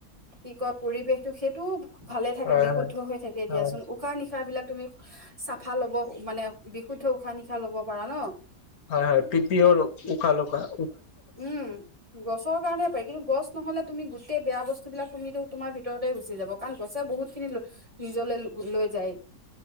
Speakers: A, on the right; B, on the left.
A: কি কয় পৰিৱেশটো সেইটো ভালে থাকে
B: হয়
A: বিশুদ্ধ
B: হয়
A: হৈ থাকে দিয়াচোন
B: হয়
A: উশাহ নিশাহ বিলাক তুমি চাফা লব মানে বিশুদ্ধ উশাহ নিশাহ লব পাৰা ন।
B: হয় হয় পিপিৰ উশাহ লোকা
A: উম গছৰ কাৰণে পায় কিন্তু গছ নহ'লে তুমি গোটেই বেয়া বস্তু বিলাক তুমিটো তোমাৰ ভিতৰতে গুচি যাব। কাৰণ গছে বহুত খিনি নিজলৈ লৈ যায়।